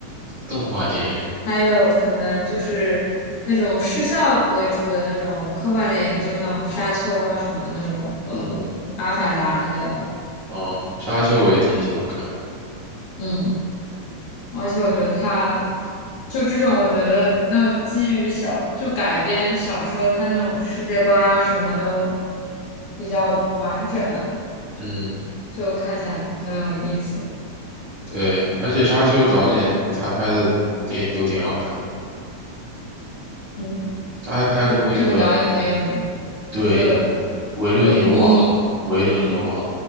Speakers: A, on the right; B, on the left.
A: 动画电影，
B: <laughs> 还有可能就是那种视效为主的那种科幻电影，就像《沙丘》啊什么那种，
A: 嗯，
B: 呃，《阿凡达》那类的，
A: 哦，沙丘我也挺喜欢看的
B: 嗯。而且我觉得他就这种，我觉得那种基于小就改编小说，他那种世界观啊什么都比较完整，
A: 嗯，
B: 就看起来很有意思。
A: 对，而且沙丘导演他拍的电影都挺好看，
B: 嗯，
A: 他还拍过那个
B: 这个这个导演很有名，
A: 对
B: 是这个
A: 《维伦纽瓦》，
B: 维尼，
A: 《维伦纽瓦》